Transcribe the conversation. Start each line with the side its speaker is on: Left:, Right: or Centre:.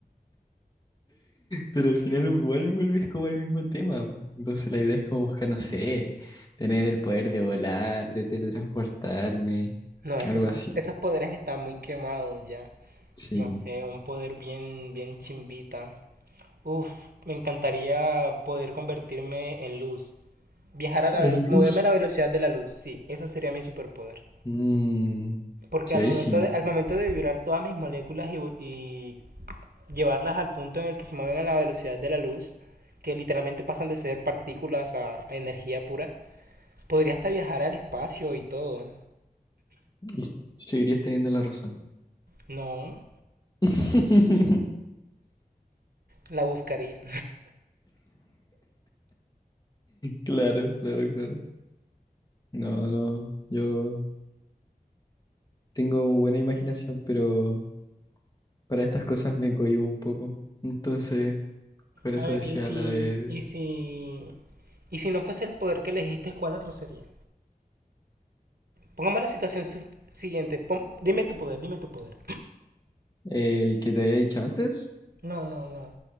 Left: Pero al final igual vuelves como al mismo tema. Entonces la idea es como buscar, no sé, tener el poder de volar, de teletransportarme,
Right: No, es
Left: algo
Right: que esos,
Left: así.
Right: esos poderes están muy quemados ya.
Left: Sí.
Right: No sé, un poder bien, bien chimbita. Uf, me encantaría poder convertirme en luz. Viajar a
Left: El
Right: la velocidad,
Left: luz.
Right: moverme a la velocidad de la luz, sí, eso sería mi superpoder.
Left: Mm,
Right: Porque
Left: sí,
Right: al
Left: ahí
Right: momento
Left: sí.
Right: de, al momento de vibrar todas mis moléculas y, vo- y llevarlas al punto en el que se mueven a la velocidad de la luz, que literalmente pasan de ser partículas a, a energía pura, podría hasta viajar al espacio y todo.
Left: Y s- seguirías teniendo la razón.
Right: No,
Left: <laughs>
Right: la buscaría.
Left: Claro, claro, claro. No, no, yo tengo buena imaginación, pero para estas cosas me cohíbo un poco. Entonces, por eso
Right: A ver,
Left: decía
Right: y si,
Left: la de
Right: y si, y si no fuese el poder que elegiste, ¿cuál otro sería? Pongamos la situación su- siguiente. Pon- dime tu poder, dime tu poder.
Left: el que te había dicho antes.
Right: No, no, no.